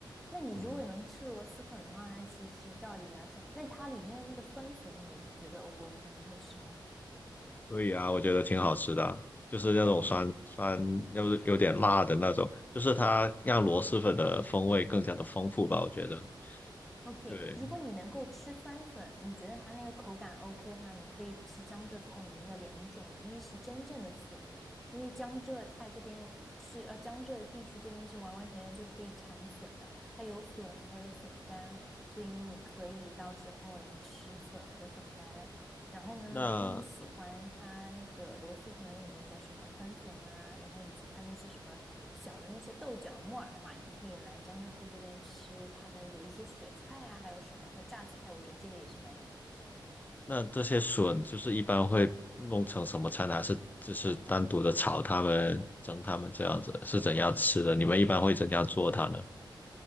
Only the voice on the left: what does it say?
嗯，
对呀，我觉得挺好吃的啊就是那种酸酸，
要是有点辣的那种，就是它让螺蛳粉的风味更加的丰富吧，我觉得。
对，
那
那这些笋就是一般会弄成什么菜呢？还是就是单独的炒它们、蒸它们这样子？是怎样吃的？你们一般会怎样做它呢？